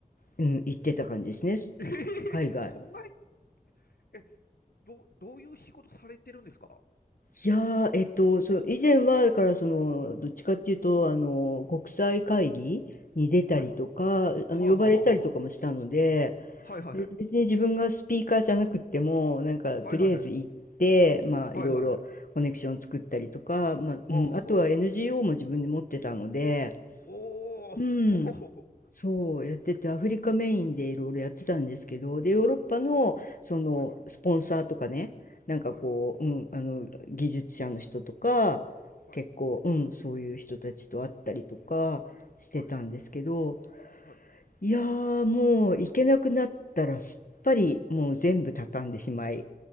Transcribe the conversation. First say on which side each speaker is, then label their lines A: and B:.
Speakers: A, on the left; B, on the left.
A: うん、行ってた感じですね、
B: ええそんなに、
A: 海外。
B: え、どう、どういう仕事されてるんですか
A: いやー、えっと、その以前はだからそのどっちかっていうとあの国際会議に出たりとかあの呼ばれたりとかもしたので
B: はいはい。はいはいはいはいはい。
A: え別に自分がスピーカーじゃなくってもなんかとりあえず行ってまあいろいろコネクション作ったりとか、
B: はいはいはい。はいはいはい。
A: まあうん、
B: はいはいはい。はあはあはあ。
A: あとは NGO も自分で持ってたので、
B: おお、
A: うん、
B: ほほほほ。
A: そうやっててアフリカメインでいろいろやってたんですけどでヨーロッパのそのスポンサーとかねなんかこう、
B: はいはいはい。はいはいはい。
A: うん、あの技術者の人とか結構、
B: はい
A: うん、そういう人たちと会ったりとかしてたんですけど
B: はいはい。
A: いやーもう行けなくなったらすっぱりもう全部畳んでしまい